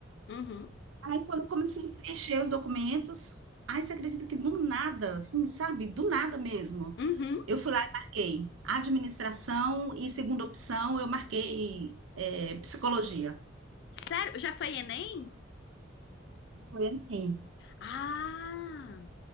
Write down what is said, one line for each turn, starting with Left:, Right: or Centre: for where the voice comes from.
Left: Uhum,
Right: Aí, quando eu comecei a preencher os documentos, aí você acredita que do nada, assim, sabe? Do nada mesmo.
Left: uhum.
Right: Eu fui lá e marquei administração e segunda opção eu marquei é, psicologia.
Left: Sério? Já foi Enem?
Right: Foi assim,
Left: Ah!